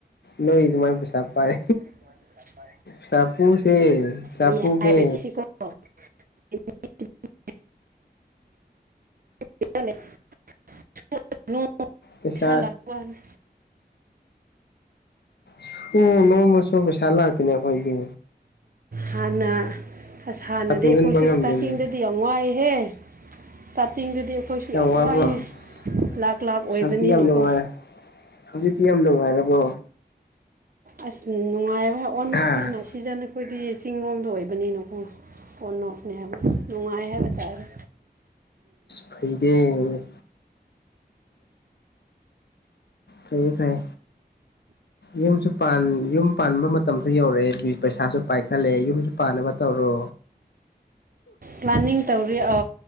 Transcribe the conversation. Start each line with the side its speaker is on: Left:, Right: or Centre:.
Left: ꯅꯣꯏ ꯑꯗꯨꯃꯥꯏ ꯄꯩꯁꯥ ꯄꯥꯏ
Right: ꯑꯁ
Left: ꯆꯄꯨꯁꯦ ꯆꯄꯨ
Right: ꯃꯤ ꯍꯥꯏꯕꯁꯤꯀꯣ
Left: ꯀꯦ
Right: <inaudible> <inaudible>
Left: ꯄꯩꯁꯥ
Right: ꯂꯥꯛꯄ ꯋꯥꯅꯤ
Left: ꯁꯣ ꯂꯣꯡꯃ ꯁꯣꯕꯁꯂ ꯂꯥꯛꯇꯅꯦ ꯑꯩꯈꯣꯏꯗꯤ
Right: ꯍꯥꯟꯅ ꯑꯁ ꯍꯥꯟꯅꯗꯤ
Left: ꯄꯩꯁꯥ ꯇꯨꯡꯁꯤꯟꯕ
Right: ꯑꯩꯈꯣꯏꯁꯨ
Left: ꯉꯝꯗꯦꯅꯦ
Right: ꯏꯁꯇꯥꯔꯇꯤꯡꯗꯗꯤ ꯌꯥꯝ ꯋꯥꯏ ꯍꯦ ꯏꯁꯇꯥꯇꯤꯡꯗꯨꯗꯤ ꯑꯩꯈꯣꯏꯁꯨ ꯌꯥꯝ
Left: ꯋꯥꯕ꯭ꯔꯣ
Right: ꯋꯥꯏꯑꯦ
Left: ꯑꯁ
Right: ꯂꯥ ꯂꯥꯞ ꯑꯣꯏꯕꯅꯤꯅꯀꯣ
Left: ꯍꯧꯖꯤꯛꯇꯤ ꯌꯥꯝ ꯅꯨꯡꯉꯥꯏꯔꯦ ꯍꯧꯖꯤꯛꯇꯤ ꯌꯥꯝ ꯅꯨꯡꯉꯥꯏꯔꯕꯣ
Right: ꯑꯁ ꯅꯨꯡꯉꯥꯏꯕ ꯑꯣꯟ
Left: ꯍꯥ
Right: ꯍꯐꯅꯤꯅ ꯁꯤꯖꯟꯅ ꯑꯩꯈꯣꯏꯗꯤ ꯆꯤꯡꯂꯣꯝꯗ ꯑꯣꯏꯕꯅꯤꯅꯀꯣ ꯑꯣ ꯅꯅꯦ ꯍꯥꯏꯕ ꯅꯨꯡꯉꯥꯏ ꯍꯥꯏꯕ ꯇꯥꯏꯔꯦ
Left: ꯐꯩꯗ ꯎ ꯐ ꯐꯩ ꯌꯨꯝꯁꯨ ꯌꯨꯝ ꯄꯥꯟꯕ ꯃꯇꯝꯁꯨ ꯌꯧꯔꯛꯑꯦ ꯄꯩꯁꯥꯁꯨ ꯄꯥꯏꯈꯠꯂꯦ ꯌꯨꯝꯁꯨ ꯄꯥꯅꯕ ꯇꯧꯔꯣ
Right: ꯄ꯭ꯂꯥꯟꯅꯤꯡ ꯇꯧꯔꯤ ꯑ